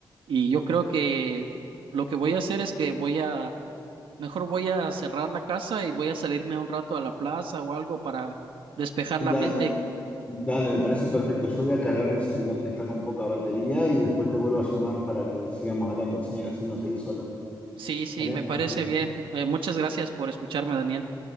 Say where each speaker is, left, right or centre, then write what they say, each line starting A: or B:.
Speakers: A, on the right (about 85°); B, on the left (about 15°).
A: y yo creo que lo que voy a hacer es que voy a, mejor voy a cerrar la casa y voy a salirme un rato a la plaza o algo para despejar
B: Dale,
A: la mente.
B: dale, me parece perfecto. Yo voy a cargar mi celular que está con poca batería y después te vuelvo a llamar para que sigamos hablando, así, así no seguís solo,
A: Sí, sí,
B: ¿vale?
A: me parece
B: Así.
A: bien. Eh, muchas gracias por escucharme, Daniel.